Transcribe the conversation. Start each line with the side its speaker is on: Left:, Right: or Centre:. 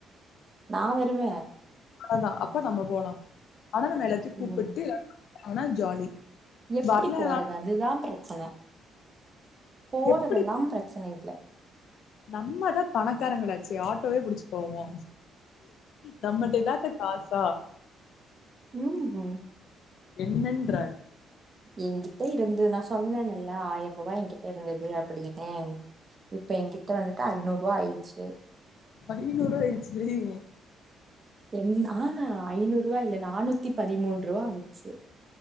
Right: நா வருவ
Left: ஆமா அப்ப நம்ம போலா ஆனா நம்ம எல்லாத்தையு கூப்புட்டு
Right: ம்
Left: ஆனா ஜாலி
Right: எப்டி
Left: வரலனா
Right: போறது அதுதா ப்ரச்சன போறதெல்லாம்
Left: எப்டி
Right: பிரச்சன இல்ல
Left: நம்மதா பணக்காரங்களாச்சே ஆட்டோவே புடிச்சி போவோ நம்மட்ட இல்லாத காசா
Right: ம் ம்
Left: என்னென்ற
Right: எங்கிட்ட இருந்து நா சொன்னன் இல்லா ஆயிரூபா என்கிட்ட இருந்தது அப்டியினு இப்ப எங்கிட்ட வந்துட்டு ஐநூரூவா ஆய்டுச்சு
Left: ஐநூரூவா ஆயிருச்சி டி
Right: என் ஆஹா ஐநூரூவா இல்ல நானூத்தி பதிமூன் ரூவா ஆச்சு